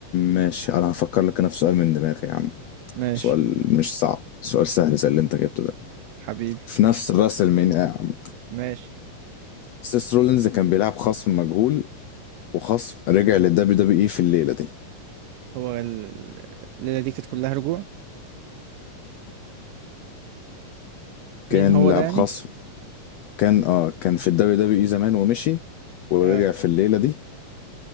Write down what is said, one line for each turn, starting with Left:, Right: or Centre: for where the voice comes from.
Left: ماشي انا هفكر لك انا في سؤال من دماغي يا عم
Right: ماشي
Left: سؤال مش صعب سؤال سهل زي اللي انت جبته ده
Right: حبيبي
Left: في نفس الراس المين يا عم
Right: ماشي
Left: سيس رولينز كان بيلعب خصم مجهول وخصم رجع للدبليو دبليو اي في الليله دي
Right: هو ال- الليلة دي كانت كلها رجوع
Left: كان
Right: مين هو
Left: لاعب
Right: ده يعني
Left: خصم كان اه كان في الدبليو دبليو اي زمان ومشي ورجع
Right: اه
Left: في الليله دي